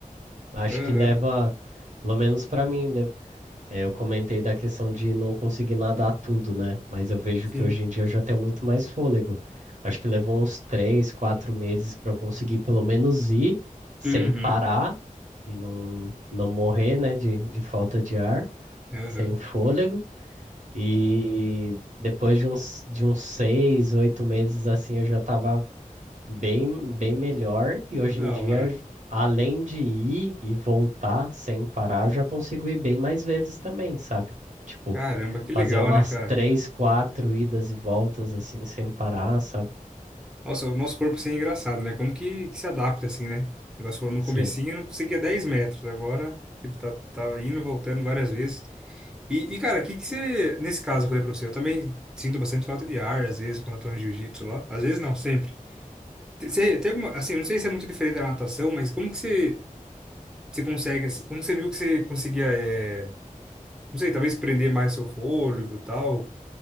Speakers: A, on the right; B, in the centre.
A: acho
B: aham,
A: que leva, pelo menos pra mim, le- é, eu comentei da questão de não conseguir nadar tudo, né? Mas eu vejo
B: sim,
A: que hoje em dia eu já tenho muito mais fôlego. Acho que levou uns três, quatro meses pra eu conseguir pelo menos ir sem
B: uhum,
A: parar e não, não morrer, né, de, de falta de ar,
B: aham.
A: sem fôlego. E depois de uns, de uns seis, oito meses assim, eu já estava bem, bem melhor. E hoje
B: Que da
A: em dia,
B: hora.
A: j- além de ir e voltar sem parar, eu já consigo ir bem mais vezes também, sabe? Tipo,
B: Caramba, que legal,
A: fazer umas
B: né, cara?
A: três, quatro idas e voltas assim, sem parar, sabe?
B: Nossa, o nosso corpo assim é engraçado, né? Como que, que se adapta assim, né? O negócio falou, no
A: Sim.
B: comecinho eu não conseguia 10 metros, agora, tipo, tá, tá indo e voltando várias vezes. E, e, cara, o que que você, nesse caso, eu falei pra você, eu também sinto bastante falta de ar, às vezes, quando eu tô no jiu-jitsu lá. Às vezes não, sempre. Te- Você tem alguma, assim, não sei se é muito diferente da natação, mas como que você, você consegue, assim, como você viu que você conseguia, é, não sei, talvez prender mais seu fôlego e tal?